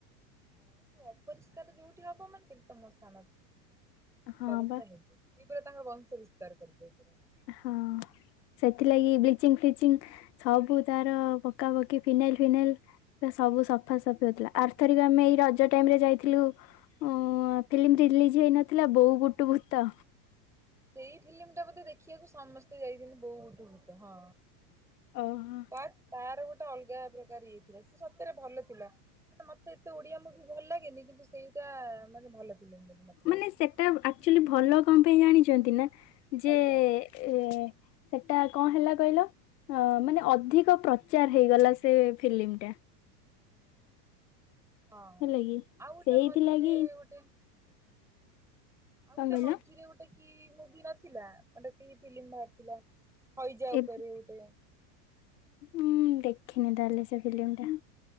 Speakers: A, in the centre; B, on the left.
A: ହଁ ଏ ଯୋଉ ଅପରିଷ୍କାର ଯୋଉଠି ହବ ମାନେ ସେ ତ ମଶା ମାଛି ହେବେ
B: ହଁ
A: ହବା କଥା
B: ବା
A: ହେବେ। ସେ ପୁରା ତାଙ୍କର ବଂଶ ବିସ୍ତାର କରିବେ ପରା।
B: ହଁ। ସେଥିଲାଗି ବ୍ଲିଚିଙ୍ଗ୍ ଫ୍ଲିଚିଙ୍ଗ୍ ସବୁ ତାର ପକାପକି ଫିନାଇଲ୍ ଫିନାଇଲ୍। ବା ସବୁ ସଫାସଫି ହଉଥିଲା ଆର୍ଥରିକ ଆମେ ଏଇ ରଜ ଟାଇମ୍ ରେ ଯାଇଥିଲୁ। ଓ ଫିଲ୍ମ ରିଲିଜ ହେଇନଥିଲା ବୋଉ ବୁଟୁ ଭୂତ।
A: ସେଇ ଫିଲ୍ମ ଟା ବୋଧେ ଦେଖିବାକୁ ସମସ୍ତେ ଯାଇଛନ୍ତି ବୋଉ ବୁଟୁ ଭୁତ ହଁ।
B: ଓହୋ।
A: ତା ତାର ଗୋଟେ ଅଲଗା ପ୍ରକାର ଇଏ ଥିଲା ସେ ସତରେ ଭଲ ଥିଲା। ମାନେ ମତେ ଏତେ ଓଡିଆ ମୁଭି ଭଲ ଲାଗେନି କିନ୍ତୁ ସେଇଟା ମାନେ ଭଲ ଫିଲ୍ମ ବୋଲି ମତେ
B: ମାନେ
A: ଲାଗୁଚି।
B: ସେଟା ଆକ୍ଚୁଆଲି ଭଲ କଣ ପାଇଁ ଜାଣିଚନ୍ତି ନା ଯେ
A: ଅଇଜା
B: ଏ। ସେଟା କଣ ହେଲା କହିଲ ମାନେ ଅଧିକ ପ୍ରଚାର ହେଇଗଲା ସେ ଫିଲିମ୍ ଟା।
A: ହୁଁ ହଁ
B: ହେଲା କି
A: ଆଉ ଗୋଟେ
B: ସେଇଥିଲାଗି
A: ମଝିରେ ଗୋଟେ। ଆଉ
B: କଣ
A: ଗୋଟେ
B: କହିଲ
A: ମଝିରେ ଗୋଟେ କି ମୁଭି ନଥିଲା ଗୋଟେ କି ଫିଲ୍ମ ମ ଅଥିଲା। ହଇଜା
B: ଏବେ
A: ଉପରେ ଗୋଟେ।
B: ମୁଁ ଦେଖିନି ତାହେଲେ ସେ ଫିଲ୍ମ ଟା।